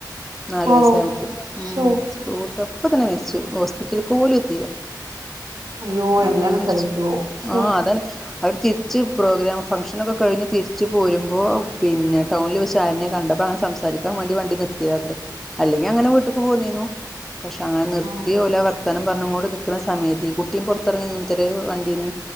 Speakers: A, in the centre; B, on the right.
A: നാല്
B: ആണോ
A: വയസായ കുട്ടി ഉം
B: ശോ
A: സ്പോട്ട് അപ്പ തന്നെ മരിച്ചു ഹോസ്പിറ്റൽക്കോലും എത്തീല്ല
B: അയ്യോ
A: അങ്ങനെ
B: എങ്ങനെ
A: മരിച്ചു
B: സഹിക്കോ ശോ
A: ആഹ് അതാണ് അവര് തിരിച്ച് പ്രോഗ്രാം ഫംഗ്ഷനൊക്കെ കഴിഞ്ഞ് തിരിച്ച് പോരുമ്പോ പിന്നെ ടൗണിൽ വെച്ച് ആരിനെ കണ്ടപ്പങ്ങനെ സം സാരിക്കാൻ വേണ്ടി വണ്ടി നിർത്തിയതാത്രേ അല്ലെങ്കി അങ്ങനെ വീട്ട്ക്ക് പോന്നീനു പക്ഷെ അങ്ങനെ നിർത്തി
B: ആഹ്
A: ഓലാ വർത്താനം പറഞ്ഞ്ക്കോണ്ട് നിക്ക്ണ സമയത്ത് ഈ കു ട്ടിം പൊർത്തെർങ്ങി നിന്നത്രെ വണ്ടീന്ന്